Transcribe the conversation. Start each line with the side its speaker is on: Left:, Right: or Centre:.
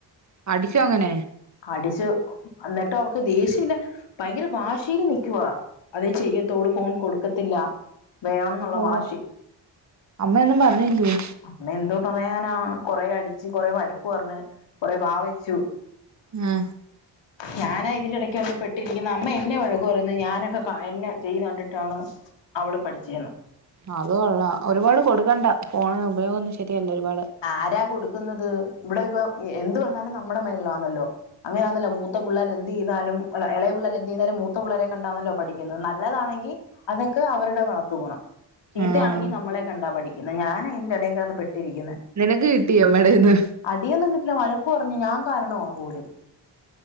Right: അടിച്ചോ അങ്ങനെ
Left: അടിച്ചു എന്നിട്ട് അവക്ക് ദേഷ്യമല്ല ഭയങ്കര വാഷിയില് നിക്കവാ അതെ ചെയ്യത്തൂ ഓള്ഫോൺ കൊടുക്കത്തില്ല വേണം എന്നുള്ള
Right: ഓ
Left: വാശി
Right: അമ്മയൊന്നും പറഞ്ഞില്ലേ
Left: അമ്മ എന്തോ പറയാനാ കൊറെ അടിച്ച് കൊറെേ വഴക്കു പറഞ്ഞ് കൊറെ വ വെച്ചു
Right: ആഹ്
Left: ഞാന ഇതിന്റെ ഇടയ്ക്ക് വന്ന പെട്ട ട്ടിരിക്കുന്ന അമ്മ എന്നെ വഴക്ക് പറയുന്നത് ഞാനൊക്കെ എന്നെ ചെയുന്ന കണ്ടിട്ടാണ് അവള് പഠിച്ചെന്ന്
Right: അത് കൊള്ള ഒരുപാട് കൊടുക്കണ്ട ഫോണി ഉപയോഗൊന്നും ശരിയല്ല ഒരുപാട്
Left: ആരാ കൊടുക്കുന്നത് ഇവിടെ ഇപ്പൊ എന്ത് വന്നാലും നമ്മുടെ മേലില വന്നല്ലോ അങ്ങനൊണല്ലോ മൂത്ത പിള്ളേർ എന്ത് ചെയ്താലും ഇള പിള്ളേർന്ത് ചെയതാലും മൂത്ത പിള്ളരെ കണ്ടാണല്ലോ പഠിക്കുന്നത് നല്ലതാണെങ്കിൽ അതൊക്കെ അവരുടെ വളർത്തു ഗുണം ചീത്തയാണെങ്കി
Right: ആഹ്
Left: നമ്മളെ കണ്ടാ പഠിക്കുന്ന ഞാനതിന്റെറെടക്കടന്ന് പെട്ടിരിക്കുന്നത്
Right: നിനക് കിട്ടിയൊ അമ്മേടേന്ന്
Left: അടിയൊന്നും കിട്ടില്ല വഴക്ക് പറഞ്ഞു ഞാൻ കാരണമാ പോലും